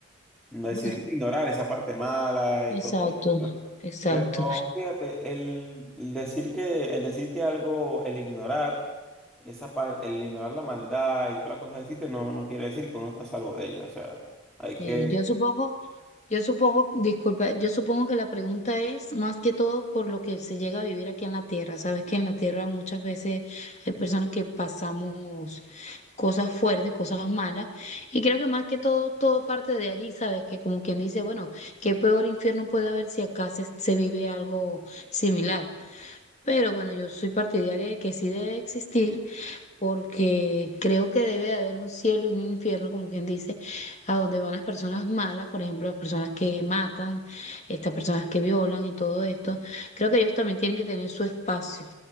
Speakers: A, in the centre; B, on the left.
A: No Decidimos
B: Bueno,
A: ignorar esa parte mala
B: Exacto,
A: y todo eso
B: exacto.
A: pero fíjate, el, el decir que, el decir que algo, el ignorar esa parte, el ignorar la maldad y toda la cosa que existe, no, no quiere decir que uno está a salvo de ella. O sea, hay
B: Sí,
A: que,
B: yo supongo, yo supongo, disculpa, yo supongo que la pregunta es más que todo por lo que se llega a vivir aquí en la tierra. Sabes que en la tierra muchas veces hay personas que pasamos cosas fuertes, cosas malas, y creo que más que todo, todo parte de allí, sabes que como quien dice, bueno, qué peor infierno puede haber si acá se, se vive algo similar. Pero bueno, yo soy partidaria de que sí debe existir porque creo que debe de haber un cielo y un infierno, como quien dice, a donde van las personas malas, por ejemplo, las personas que matan, estas personas que violan y todo esto. Creo que ellos también tienen que tener su espacio.